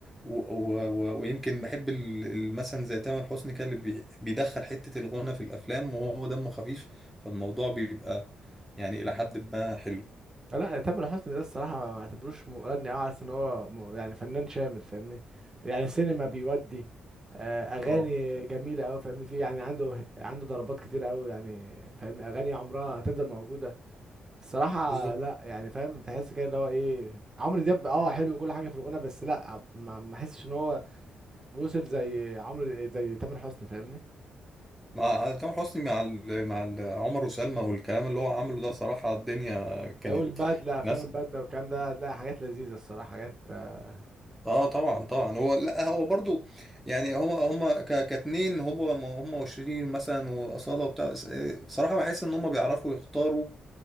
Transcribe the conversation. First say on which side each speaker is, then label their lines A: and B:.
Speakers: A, in the centre; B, on the right.
A: و... و... و... ويمكن بحب ال... ال- مثلا زي تامر حسني كده اللي بي... بيدخل حته الغنى في الافلام وهو دمه خفيف فالموضوع بيبقى يعني الى حد ما حلو
B: لا تامر حسني ده الصراحة ما ما اعتبروش مغني او عارف ان هو م- يعني فنان شامل فاهمني يعني سينما بيودي آه، اغاني
A: اه
B: جميلة اوي فاهمني في يعني عنده عنده ضربات كتير اوي يعني فاهمني اغاني عمرها هتفضل موجودة الصراحة
A: بالظبط
B: لا يعني فاهم تحس كده اللي هو ايه عمرو دياب اه حلو وكل حاجة في الغنى بس لا ما ما احسش ان هو وصل زي عمرو زي تامر حسني فاهمني
A: مع تامر حسني مع ال... مع ال... عمر وسلمى والكلام اللي هو عمله ده صراحه الدنيا كانت
B: والبدلة افلام
A: ناس
B: البدلة والكلام ده هتلاقي حاجات لذيذة الصراحة حاجات آه،
A: اه طبعا طبعا هو لا هو برضو يعني هما هما ك- كاتنين هما هما وشيرين مثلا واصاله وبتاع س- آه، صراحه بحس ان هما بيعرفوا يختاروا